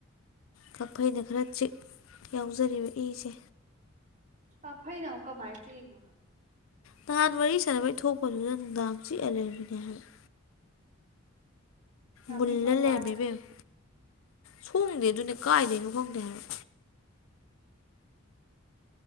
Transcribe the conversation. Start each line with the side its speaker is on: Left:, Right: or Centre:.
Left: ꯀꯤꯛꯐꯩꯅ ꯈꯔ ꯆꯤꯛ ꯌꯥꯎꯖꯔꯤꯕ ꯏꯁꯦ
Right: ꯀꯥꯛꯐꯩꯅ ꯑꯃꯨꯛ ꯀꯃꯥꯏ ꯆꯤꯛꯏꯅꯣ
Left: ꯅꯍꯥꯟ ꯃꯔꯤ ꯁꯥꯟꯅꯕꯩ ꯊꯣꯛꯄꯗꯨꯅ ꯅꯨꯡꯗꯥꯡ ꯆꯤꯛꯑ ꯂꯩꯔꯝꯃꯤꯅꯦ ꯍꯥꯏꯕ
Right: ꯅꯥꯄꯤꯁꯣꯡꯕꯔꯣ
Left: ꯃꯨꯜꯂ ꯂꯩꯔꯝꯃꯦ
Right: ꯍꯥꯏꯁꯦ
Left: ꯏꯕꯦꯝꯃ ꯁꯣꯡꯗꯦ ꯑꯗꯨꯅꯦ ꯀꯥꯏꯗꯩꯅꯣ ꯈꯪꯗꯦ ꯍꯥꯏꯕ